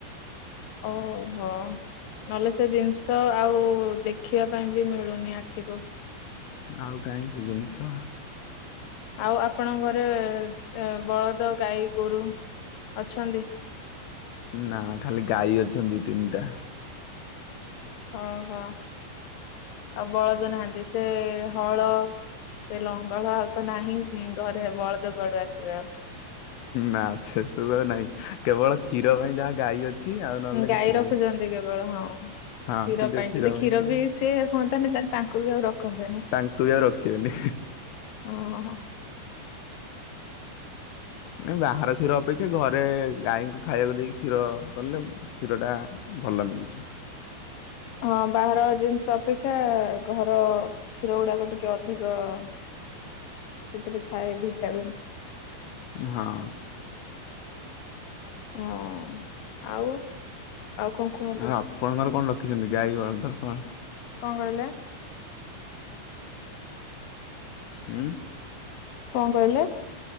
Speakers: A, on the left (about 65°); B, on the left (about 80°).
A: ଓହୋ। ନହେଲେ ସେ ଜିନିଷ ଆଉ ଦେଖିବା ପାଇଁ ବି ମିଳୁନି ଆଖିକୁ।
B: ଆଉ କାହିଁ ସେ ଜିନିଷ।
A: ଆଉ ଆପଣଙ୍କ ଘରେ ବଳଦ ଗାଈ ଗୋରୁ ଅଛନ୍ତି?
B: ନା ନା ଖାଲି ଗାଈ ଅଛନ୍ତି ତିନିଟା।
A: ଓ ହୋ। ଆଉ ବଳଦ ନାହାନ୍ତି ସେ ହଳ ସେ ଲଙ୍ଗ ହଳ ଆଉ ତ ନାହିଁ ଘରେ ବଳଦ କୁଆଡୁ ଆସିବେ ଆଉ।
B: ନା ସେସବୁ ଆଉ ନାଇଁ କେବଳ କ୍ଷୀର ପାଇଁ ଯାହା ଗାଈ ଅଛି। ଆଉ ନହେଲେ
A: ଗାଈ
B: କିଛି
A: ରଖୁଛନ୍ତି
B: ନାହିଁ।
A: କେବଳ ହଁ। କ୍ଷୀର
B: ହଁ କି ଯୋଉ
A: ପାଇଁ ଯଦି କ୍ଷୀର
B: ଗାଈ,
A: ବି ସିଏ ହୁହନ୍ତାନି ତାଙ୍କୁ ବି ଆଉ ରଖନ୍ତେନି।
B: ତାଙ୍କୁ ବି ଆଉ ରଖିବେନି
A: ଓ ହୋ।
B: ନାଇ ବାହାର କ୍ଷୀର ଅପେକ୍ଷା ଘରେ ଗାଈଙ୍କୁ ଖାଇବାକୁ ଦେଇକି କ୍ଷୀର କଲେ କ୍ଷୀରଟା ଭଲ ମିଳୁଛି।
A: ହଁ ବାହାର ଜିନିଷ ଅପେକ୍ଷା ଘର କ୍ଷୀର ଗୁଡାକ ଟିକେ ଅ ଅଧିକ ସେଥିରେ ଥାଏ ଭିଟାମିନ୍।
B: ହଁ।
A: ହଁ ଆଉ ଆଉ କଣ କୁହନ୍ତୁ?
B: ଆଉ ଆପଣଙ୍କର କଣ ରଖିଛନ୍ତି ଗାଈ ଗୁହାଳ ତ କଣ?
A: କଅଁ କହିଲେ?
B: ଉଁ।
A: କଅଁ କହିଲେ?